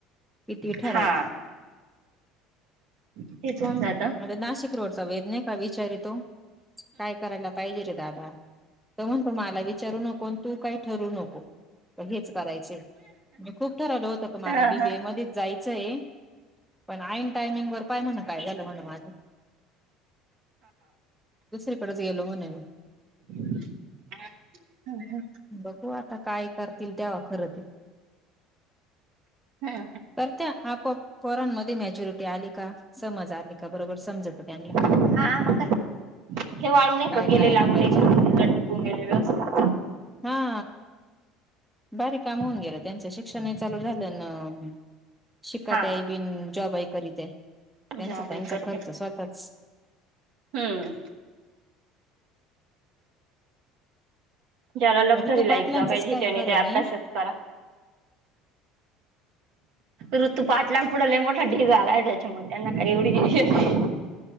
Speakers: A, in the centre; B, on the right.
A: कितीही ठरवा.
B: हा तेच होऊन जात
A: मग आता नाशिक रोडचा वेद नाही हा विचार येतो, काय करायला पाहिजे रे दादा. तो म्हणतो मला विचारू नको आणि तू काही ठरू नको. मग हेच करायचंय. मी खूप ठरवल होतं, का मला
B: हा
A: बीबीएमध्येच
B: हा
A: जायचंय. पण आईन टायमिंग वर पाय म्हण काय झालं हेलवन माझं दुसरीकडेच गेलो म्हणे मी.
B: हम्म हम्म.
A: बघू आता काय करतील तेव्हा खरं ते.
B: हम्म.
A: करत्या आपोआप पोरांमध्ये मॅच्युरिटी आली का. समज आली का बरोबर समजवतो त्यांला.
B: हा मग का हे वाळू
A: काय
B: का गेले
A: करायला
B: लागून
A: पाहिजे
B: आहे
A: आपण
B: का टिकून गेले व्यवस्थित
A: हा भारी काम होऊन गेलं, त्यांचं शिक्षणही चालू झालं न शिकात
B: हा
A: बिन जॉबई करीत आहे
B: तुमच्या
A: त्यांचा
B: बाबाई
A: त्यांचा
B: करते
A: खर्च स्वतःच
B: हम्म जरा लक्झरी
A: ऋतू पाटलांचंच
B: लाइफ जगायचे
A: काय
B: त्यानी
A: खरं
B: त्या अभ्यासच
A: नाही
B: करा. ऋतुपाठ लांपुढ लय मोठा ढीग आलाय, त्याच्यामुळे त्यांना काय एवढी हे नाही.